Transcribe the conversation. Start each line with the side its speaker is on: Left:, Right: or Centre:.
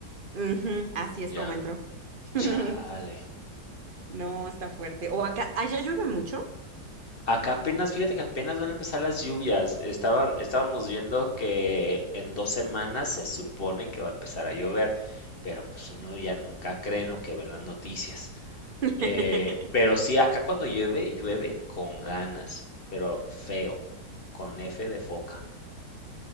Right: Ujú, así es
Left: Ya.
Right: como entró. <laughs>
Left: Chale.
Right: No, está fuerte. O acá, allá llueve mucho.
Left: Acá apenas, fíjate que apenas van a empezar las lluvias. Estaba, estábamos viendo que en dos semanas se supone que va a empezar a llover, pero pues uno ya nunca cree en lo que ven las noticias.
Right: <laughs>
Left: Eh, pero sí, acá cuando llueve, llueve con ganas, pero feo, con F de foca.